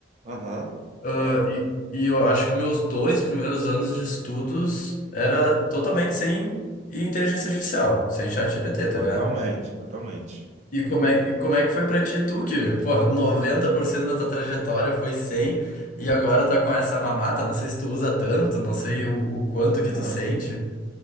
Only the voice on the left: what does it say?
Ah, e, e eu acho que meus dois primeiros anos de estudos era totalmente sem inteligência artificial, sem ChatGPT, tá
ligado?
E como é, que- e como é que foi pra ti, tu, que, pô, 90% da tua trajetória foi sem, e agora tá com essa mamata, não sei se tu usa tanto, não sei o, o quanto
que tu sente.